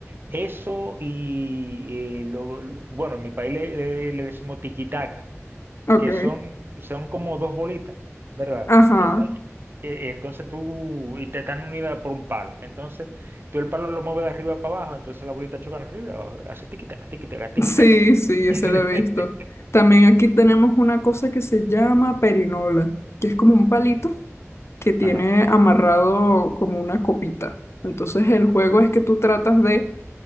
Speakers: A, on the right; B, on the left.
A: Eso y, eh, lo, lo- bueno, en mi país le, le, le decimos tiquitaca
B: Ok.
A: que son, son como dos bolitas, ¿verdad?
B: Ajá.
A: Que, ta- que entonces tú, y te están unidas por un palo. Entonces, tú el palo lo mueves de arriba para abajo, entonces la bolita choca de arriba y abajo, hace tiquitaca, tiquitaca, tiquitaca.
B: Sí, sí, ese
A: <laughs>
B: lo he visto. También aquí tenemos una cosa que se llama perinola, que es como un palito que tiene
A: Ajá.
B: amarrado como una copita. Entonces el juego es que tú tratas de